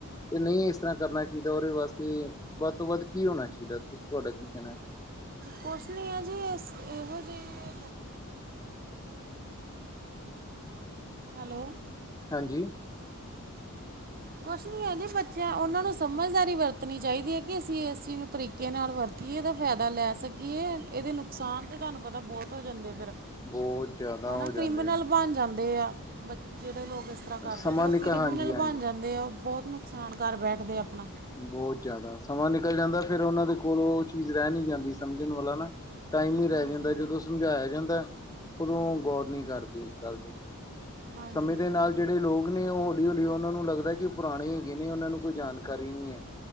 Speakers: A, on the left (about 15°); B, on the right (about 40°).
A: ਤੇ ਨਹੀਂ ਇਸ ਤਰ੍ਹਾਂ ਕਰਨਾ ਚਾਹੀਦਾ। ਤੇ ਔਦੇ ਵਾਸਤੇ ਵੱਧ ਤੋਂ ਵੱਧ ਕੀ ਹੋਣਾ ਚਾਹੀਦਾ, ਤੁ ਤੁਹਾਡਾ ਕੀ ਕਹਿਣਾ।
B: ਕੁਛ ਨ੍ਹੀਂ ਏ ਜੀ ਇਸ ਇਹੋ ਜੀ ਏ ਹੈਲੋ।
A: ਹਾਂਜੀ।
B: ਕੁਛ ਨੀ ਏ ਜੀ ਬੱਚਿਆਂ ਉਹਨਾਂ ਨੂੰ ਸਮਝਦਾਰੀ ਵਰਤਣੀ ਚਾਹੀਦੀ ਹੈ। ਕਿ ਅਸੀਂ ਇਸ ਚੀਜ਼ ਨੂੰ ਤਰੀਕਾ ਤਰੀਕੇ ਨਾਲ ਵਰਤੀਏ, ਇਹਦਾ ਫਾਇਦਾ ਲੈ ਸਕੀਏ, ਇਹਦੇ ਨੁਕਸਾਨ ਤਾਂ ਤੁਹਾਨੂੰ ਪਤਾ ਬਹੁਤ ਹੋ ਜਾਂਦੇ ਆ ਫਿਰ
A: ਬਹੁਤ। ਜ਼ਿਆਦਾ
B: ਹਨਾ
A: ਹੋ ਜਾਂਦੇ
B: ਕ੍ਰਿਮੀਨਲ
A: ਨੇ
B: ਬਣ ਜਾਂਦੇ ਆ। ਬ ਜਿਹੜੇ ਲੋਕ ਇਸ ਤਰ੍ਹਾਂ ਕਰਦੇ
A: ਸਮਾਂ
B: ਆ ਫਿਰ ਉਹ
A: ਨਿਕ
B: ਕ੍ਰਿਮੀਨਲ
A: ਹਾਂਜੀ
B: ਨਾਲ
A: ਹਾਂਜੀ
B: ਬਣ ਜਾਂਦੇ ਆ ਉਹ ਬਹੁਤ ਨੁਕਸਾਨ ਕਰ ਬੈਠਦੇ ਆਪਣਾ।
A: ਬਹੁਤ ਜ਼ਿਆਦਾ ਸਮਾਂ ਨਿਕਲ ਜਾਂਦਾ ਫਿਰ ਉਹਨਾਂ ਦੇ ਕੋਲ ਉਹ ਚੀਜ਼ ਰਹਿ ਨੀ ਜਾਂਦੀ ਸਮਝਣ ਵਾਲਾ ਨਾ ਟਾਈਮ ਹੀ ਰਹਿ
B: ਹਾਂਜੀ
A: ਜਾਂਦਾ ਜਦੋਂ ਸਮਝਾਇਆ ਜਾਂਦਾ, ਉਦੋਂ ਗੌਰ ਨਹੀਂ ਕਰਦੀ ਇਸ ਗੱਲ ਤੇ
B: ਹਾਂਜੀ
A: ਸਮਯ ਦੇ ਨਾਲ ਜਿਹੜੇ ਲੋਕ ਨੇ ਉਹ ਹੌਲੀ- ਹੌਲੀ ਉਹਨਾਂ ਨੂੰ ਲੱਗਦਾ ਕਿ ਪੁਰਾਣੇ ਈ ਹੈਗੇ ਨੇ ਉਹਨਾਂ ਨੂੰ ਕੋਈ ਜਾਣਕਾਰੀ ਨਹੀਂ ਏ